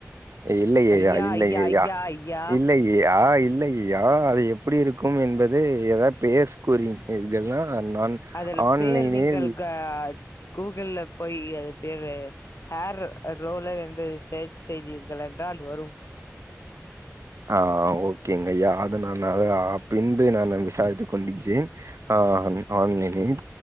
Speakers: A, on the right; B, on the left.
A: இல்லையேயா
B: ஐயா
A: இல்லையேயா
B: ஐயா ஐயா ஐயா
A: இல்லையே யா இல்லைய்யா அது எப்டி இருக்கும் என்பது ஏதாது பேஸ் கூறினீர்கள்னா நான்
B: அதுல்
A: ஆன்லைனில்
B: பேர் நீங்கள் க கூகுள்ல போய் அது பேரு ஹேர் ரோலர் என்று செர்ச் செய்தீர்கள் என்றால் வரும்
A: ஆ ஓகேங்கய்யா அத நான் அத பின்பு நானு <unintelligible> விசாரித்துக் கொண்டிகிறேன் ஆ ஆ ஆன்லைனில்